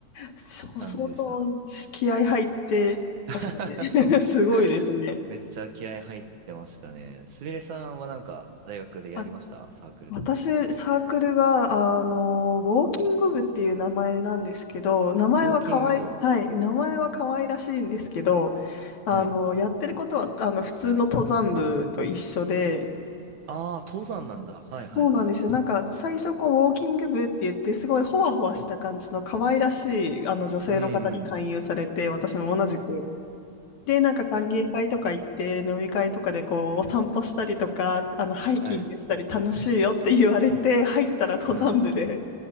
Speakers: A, on the left (about 70°); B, on the right (about 70°).
A: そう、
B: 感じでした。
A: 相当気合入ってましたね。
B: <laughs>
A: <laughs>
B: そう。
A: すごいですね。
B: めっちゃ気合入ってましたね。すみれさんはなんか大学でやりましたサークルとか。
A: あ、私、サークルが、あの、ウォーキング部っていう名前なんですけど、名前は可愛い、
B: ウォーキング部。
A: はい、名前は可愛らしいんですけど、あの、
B: はい。
A: やってることは、あの、普通の登山部と一緒で、
B: ああ、登山なんだ。はいはいはい。
A: そうなんですよ。なんか最初こうウォーキング部って言ってすごいほわほわした感じの可愛らしいあの女性の方に勧誘されて私も同じく。
B: うんうん。
A: で、なんか歓迎会とか行って飲み会とかでこうお散歩したりとかあのハイキングしたり楽しいよって言われて入ったら登山部で。
B: はい。うんうん。